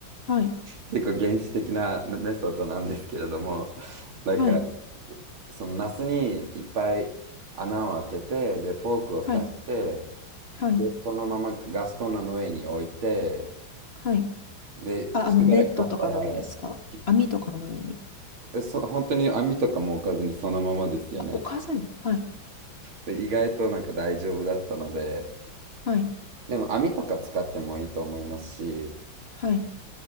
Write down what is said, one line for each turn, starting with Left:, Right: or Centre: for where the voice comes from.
Left: はい、
Right: 結構原始的なねメソッドなんですけれども、なんか
Left: はい、
Right: そのナスにいっぱい穴を開けて、で、フォークを刺して、
Left: はい、はい、
Right: で、そのままガスコンロの上に置いて、
Left: はい。
Right: で、
Left: あ、
Right: しばらく経ったら、
Left: あの、ネットとかの上ですか網とかの上に。
Right: ひえそ、本当に網とかも置かずにそのままですよね。
Left: お母さんに。はい。
Right: で、意外となんか大丈夫だったので、
Left: はい。
Right: でも網とか使ってもいいと思いますし、
Left: はい。